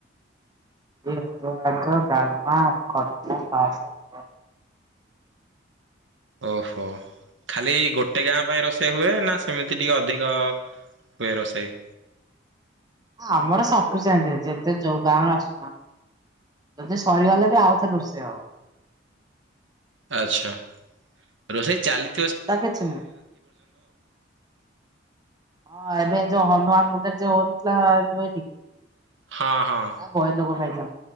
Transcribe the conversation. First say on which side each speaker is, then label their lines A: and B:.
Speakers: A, on the right; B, on the right.
A: ମା ଖ
B: ଓହୋ ଖାଲି ଗୋଟେ ଗାଁ ପାଇଁ ରୋଷେଇ ହୁଏ ନା ସେମିତି ଟିକେ ଅଧିକ ହୁଏ ରୋଷେଇ
A: ଆମର ସବଠୁ ସେମତି ଯେତେ ଯୋଉ ଗାଁ ର ଆସୁ ଯଦି ସରିଗଲେ ବି ଆଉଥରେ ରୋଷେଇ ହବ
B: ଆଚଛା ରୋଷେଇ ଚାଲି
A: ଟା କିଛି ନାହି ହଁ ଏବେ ଯୋଉ ହନୁମାନ ମନ୍ଦିର ଯୋଉ ଯନି
B: ହଁ ହଁ।
A: ଆ ବହି ସବୁ ଖାଇଛ